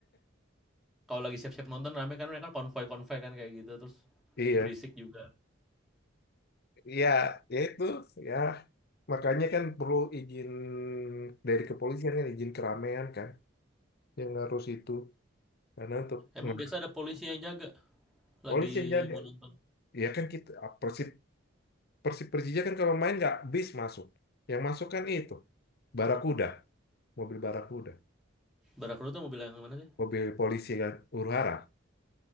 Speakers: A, in the centre; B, on the left (about 55°).
A: Kalau lagi siap-siap nonton rame kan mereka konvoy-konvoy kan kayak gitu terus
B: Iya,
A: berisik juga.
B: iya, ya itu, ya. Makanya kan perlu izin dari kepolisian kan, izin keramaian kan, yang harus itu. Karena untuk
A: Emang
B: nge-
A: biasa ada polisi yang jaga lagi
B: polisi yang jaga,
A: mau nonton.
B: ya kan kita Persib Persib Persija kan kalau main nggak bis masuk, yang masuk kan itu Barakuda, mobil Barakuda,
A: Barakru tuh mobil yang mana sih?
B: mobil polisi kan huru-hara.